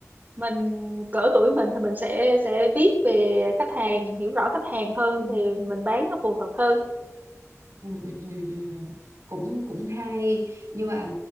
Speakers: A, on the right; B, on the right.
A: mình cỡ tuổi mình thì mình sẽ sẽ biết về khách hàng hiểu rõ khách hàng hơn
B: Ờ.
A: thì mình bán nó phù hợp hơn
B: Ừ, ừ, ừ, ừ. cũng cũng hay nhưng mà